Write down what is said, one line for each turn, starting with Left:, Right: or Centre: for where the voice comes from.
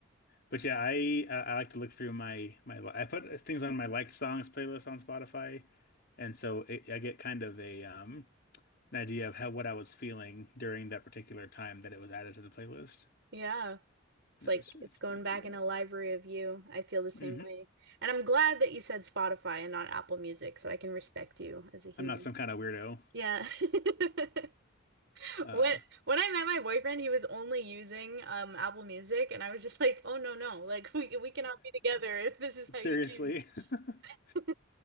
Left: but yeah, I uh, I like to look through my my li- I put things on my liked songs playlist on Spotify, and so it, I get kind of a um an idea of how what I was feeling during that particular time that it was added to the playlist,
Right: Yeah. It's
Left: and
Right: like
Left: it was it's
Right: it's going
Left: pretty
Right: back
Left: cool.
Right: in a library of you. I feel the same
Left: hmm
Right: way. And I'm glad that you said Spotify and not Apple Music, so I can respect you as a human.
Left: I'm not some kind of weirdo.
Right: Yeah. <laughs>
Left: Uh,
Right: When when I met my boyfriend, he was only using um Apple Music and I was just like, "Oh no, no. Like we we cannot be together if this is
Left: <laughs> seriously.
Right: how you choose."
Left: <laughs>
Right: <laughs>